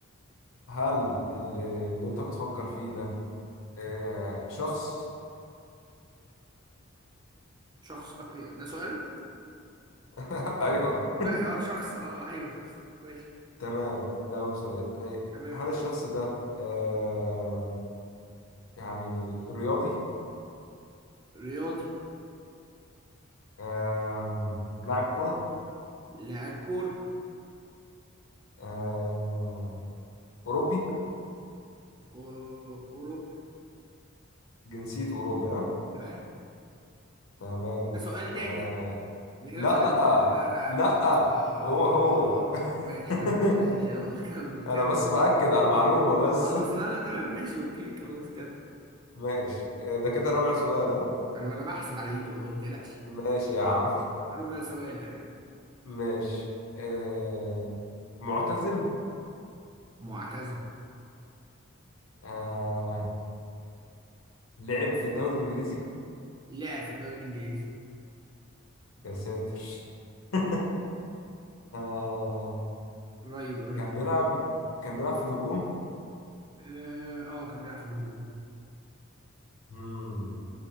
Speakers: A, on the left; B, on the right.
A: هل اللي, اللي انت بتفكر فيه ده آه شخص
B: شخص بقى ده سؤال
A: <laughs> ايوه
B: بقى اه شخص اه ايوه شخص ماشي
A: تمام ده أول سؤال إيه،
B: تمام
A: هل الشخص ده آم، يعني رياضي
B: رياضي
A: آم، لاعب كرة
B: لاعب كورة
A: آم، أوروبي
B: أو- اوروبي
A: جنسيته أوروبي ها
B: تمام
A: تمام
B: ده سؤال تاني
A: آه،
B: ده ده كده
A: لا
B: سؤال
A: لا
B: ت- ده انا
A: لا
B: أنا- اه
A: هو هو
B: اه آه، ماشي
A: <laughs>
B: تمام ماشي يلا <laughs> كمل كمل
A: أنا بس بأكد على المعلومة بس
B: خلاص
A: <laughs>
B: لا لا تمام ماشي اوكي خلاص كده
A: ماشي آه، ده كده رابع سؤال ها
B: انا انا بحسب على ايدي والله ما تقلقش
A: ماشي يا عم
B: ربع سؤال ايوه
A: <laughs> ماشي آه، معتزل
B: معتزل
A: آه، لعب في الدوري الإنجليزي
B: لعب في الدوري الانجليزي
A: يا ساتر <laughs> آه
B: قريب قريب
A: كان بيلعب كان بيلعب في الهجوم
B: اه آه، كان بيلعب في الهجوم
A: مم.